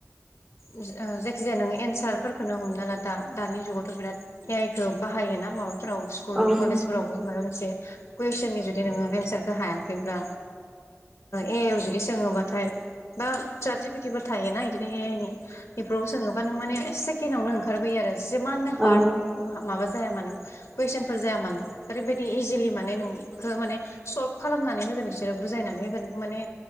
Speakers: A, on the left (about 70°); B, on the right (about 25°).
A: ओ जायखिजाया नोंङो एन्सारफोरखौ हमना ला दा दानि जुगावथ' बिराद ए आइ खौ बाहायोना माबाफोराव स्कुल
B: औ
A: कलेजफोरावबो माबा मोन मोनसे कुइसन नि जुदि नोङो एनसारखौ हायाखैब्ला ए आइआव जुदि सोङोबाथाय बा साजिफिटिबो थायोना बिदिनो ए आइ नि बेफोरावबो सोङो बा नों माने सेकेण्डआवनो ओंखारबोयो आरो। जिमानो हार्ट
B: औ औ
A: माबा जाया मानो कुइसन फोर जाया मानो। ओरैबायदि इजिलि माने नोंखौ माने स खालामनानै होगोन। बिसोर बुजायनानै होगोन माने